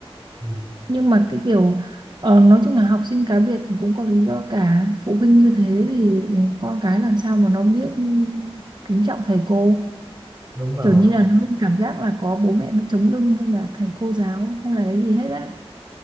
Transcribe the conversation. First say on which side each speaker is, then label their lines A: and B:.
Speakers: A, on the right; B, on the right.
A: ừ.
B: nhưng mà cái kiểu ờ, nói chung là học sinh cá biệt thì cũng có lý do cả phụ huynh như thế thì con cái làm sao mà nó biết kính trọng thầy cô
A: đúng rồi
B: kiểu như là nó luôn cảm giác là có bố mẹ nó chống lưng nên là thầy cô giáo không là cái gì hết á